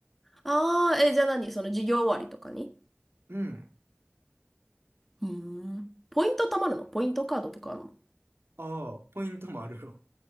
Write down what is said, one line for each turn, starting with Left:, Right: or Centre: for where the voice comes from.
Centre: あ、ああ、え、じゃあ何その授業終わりとかに
Right: うん。
Centre: うーん。ポイント貯まるのポイントカードとかあるの
Right: ああ、ポイントもあるよ。